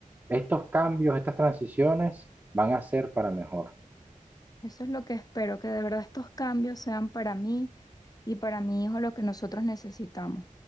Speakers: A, on the right; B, on the left.
A: Estos cambios, estas transiciones van a ser para mejor.
B: Eso es lo que espero, que de verdad estos cambios sean para mí y para mi hijo lo que nosotros necesitamos.